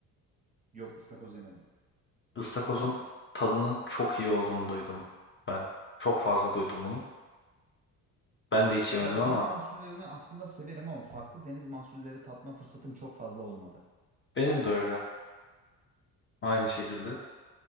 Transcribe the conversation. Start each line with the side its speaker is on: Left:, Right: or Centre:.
Right: Yok ıstakoz yemedim.
Left: Istakozun
Right: Sen?
Left: tadının çok iyi olduğunu duydum ben. Çok fazla duydum bunu. Ben de hiç
Right: Ya
Left: yemedim ama
Right: deniz mahsullerini aslında severim ama farklı deniz mahsulleri tatma fırsatım çok fazla olmadı.
Left: benim de öyle. Aynı şekilde.